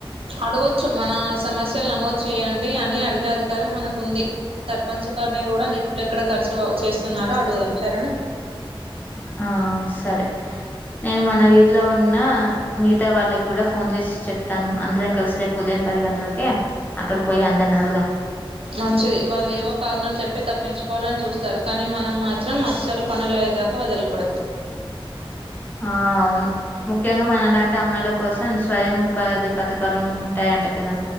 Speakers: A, on the right (about 80°); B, on the left (about 20°).
A: అడగవచ్చు మన సమస్యలు నమోదు చేయయంండి అని అడిగే అధికారం మనకుంది సర్పంచ్ గారిని కూడా నిధులు ఎక్కడ ఖర్చు చేస్తున్నారో అడుగుదాం సరేనా
B: ఆ సరే నేను మన వీధిలో ఉన్న మిగతా వాళ్ళకి కూడా ఫోన్ చేసి చెప్తాను అందరం కలిసి రేపు ఉదయం పది గంటలకే అక్కడికి పోయి అందని అడుగుదాం
A: మంచిది వాళ్ళు ఏవో కారణాలు చెప్పి తప్పించుకోవాలని చూస్తారు కానీ మనం మాత్రం అస్సల్ పనులయైదా వదిలకూడదు
B: ఆ అవును ముఖ్యంగా మనలాంటి అమ్మాయిల కోసం స్వయం ఉపాధి పథకాలు ఉంటాయంట కదా